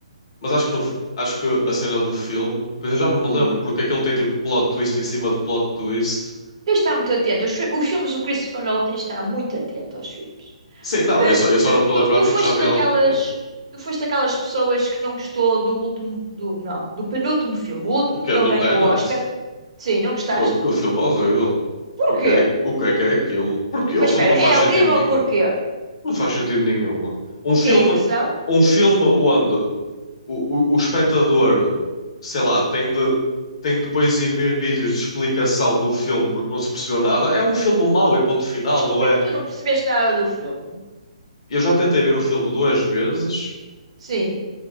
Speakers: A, on the left; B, on the right.
A: Mas acho que, no f- acho que a cena do filme, pois eu já não me
B: Hum.
A: lembro, porque aquilo tem tipo plot twist em cima de plot twist.
B: Tens de estar muito atento. Os, fi- os filmes do Christopher Nolan tens de estar muito atento aos filmes.
A: Sim, não,
B: Eh,
A: eu só, eu
B: eh,
A: só não me estou
B: tu,
A: a lembrar
B: tu
A: porque
B: foste
A: já vi
B: daquelas,
A: há algum tempo.
B: tu foste daquelas pessoas que não gostou do último, do, não, do penúltimo filme. O último,
A: O que
B: ele
A: é do
B: ganhou
A: Tenant?
B: o Oscar. Sim, não gostaste?
A: Oh, que filme horrível.
B: Porquê?
A: O que é, o que é que é aquilo? Porque o
B: Mas
A: filme
B: espera,
A: não faz
B: é
A: sentido
B: horrível
A: nenhum.
B: porquê?
A: Não faz sentido nenhum. Um
B: O
A: filme,
B: que é inversão?
A: um filme onde o, o, o espectador, sei lá, tem de, tem de depois ir ver vídeos de explicação do filme porque não se percebeu nada, é um filme mau e ponto final,
B: Mas
A: não
B: como
A: é?
B: é que tu não percebeste nada do filme?
A: eu já tentei ver o filme duas vezes
B: Sim.